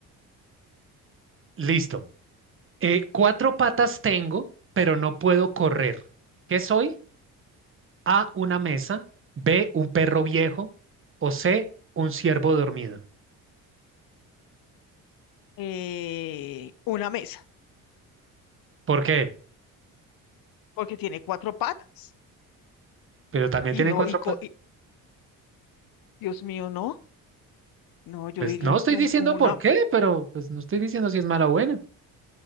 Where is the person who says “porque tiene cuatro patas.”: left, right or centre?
Left